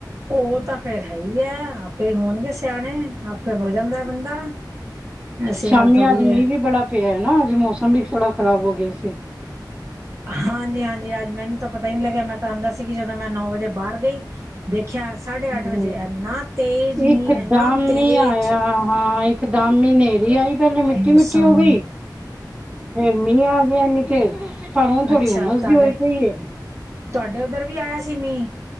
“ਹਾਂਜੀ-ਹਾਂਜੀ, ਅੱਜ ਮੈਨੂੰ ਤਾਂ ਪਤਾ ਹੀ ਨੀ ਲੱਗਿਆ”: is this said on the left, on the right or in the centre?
Right